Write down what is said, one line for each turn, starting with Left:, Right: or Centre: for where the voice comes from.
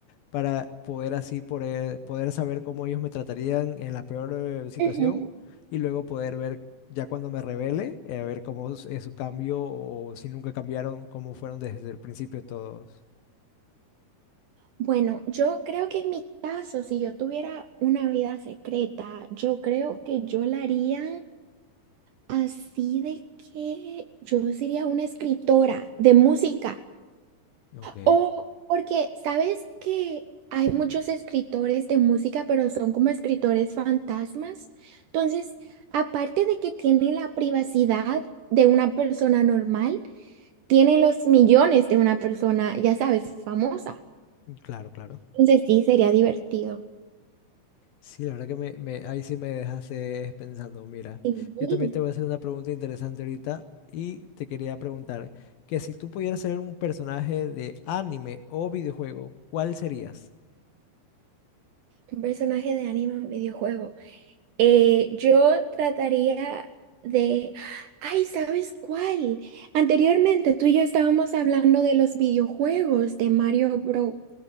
Left: para poder así poder, poder saber cómo ellos me tratarían en la peor eh, situación
Right: Ujú.
Left: y luego poder ver ya cuando me revele, eh, ver cómo es es su cambio o si nunca cambiaron, cómo fueron desde el principio todos.
Right: bueno, yo creo que en mi caso, si yo tuviera una vida secreta, yo creo que yo la haría así de que yo sería una escritora de música.
Left: Ok,
Right: O porque, ¿sabes que hay muchos escritores de música, pero son como escritores fantasmas? Entonces, aparte de que tienen la privacidad de una persona normal, tienen los millones de una persona, ya sabes, famosa.
Left: claro, claro.
Right: Entonces sí, sería divertido.
Left: Sí, la verdad que me, me- ahí sí me dejas dejaste pensando. Mira,
Right: Sí,
Left: yo también te voy a hacer una pregunta interesante ahorita y te quería preguntar que si tú pudieras ser un personaje de anime o videojuego, ¿cuál serías?
Right: un personaje de anime en videojuego. Eh, yo trataría de... Ay, ¿sabes cuál? Anteriormente tú y yo estábamos hablando de los videojuegos de Mario Bros.